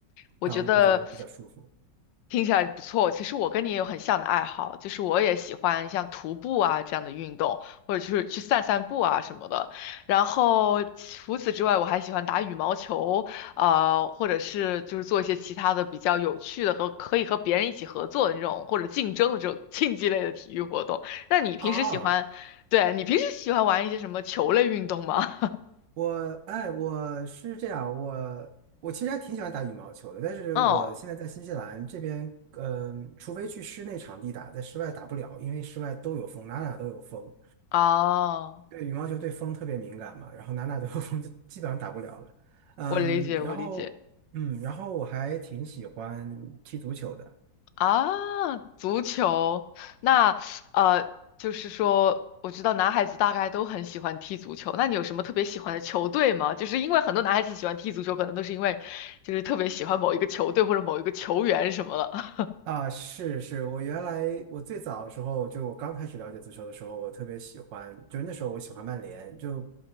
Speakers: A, on the left; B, on the right.
A: 我觉得
B: 这样就会觉得比较舒服
A: 听起来不错。其实我跟你也有很像的爱好，就是我也喜欢像徒步啊这样的运动，或者就是去散散步啊什么的。然后除此之外，我还喜欢打羽毛球，啊，或者是就是做一些其他的比较有趣的和可以和别人一起合作的那种，或者竞争的这种竞技类的体育活动。那你平时喜欢，
B: 啊。
A: 对，你平时喜欢玩一些什么球类运动吗？<laughs>
B: 我哎，我是这样，我我其实还挺喜欢打羽毛球的，但是我现在在新西兰这边，
A: 嗯，
B: 嗯、除非去室内场地打，在室外打不了，因为室外都有风，哪哪都有风。
A: 啊，
B: 对，羽毛球对风特别敏感嘛，然后哪哪都有风，就基本上打不了了。嗯，
A: 我理解，
B: 然后嗯，
A: 我理解。
B: 然后我还挺喜欢踢足球的，
A: 啊，足球，那呃，就是说，我知道男孩子大概都很喜欢踢足球。那你有什么特别喜欢的球队吗？就是因为很多男孩子喜欢踢足球，可能都是因为就是特别喜欢某一个球队或者某一个球员什么的。<laughs>
B: 啊，是是，我原来我最早的时候，就我刚开始了解足球的时候，我特别喜欢，就是那时候我喜欢曼联，就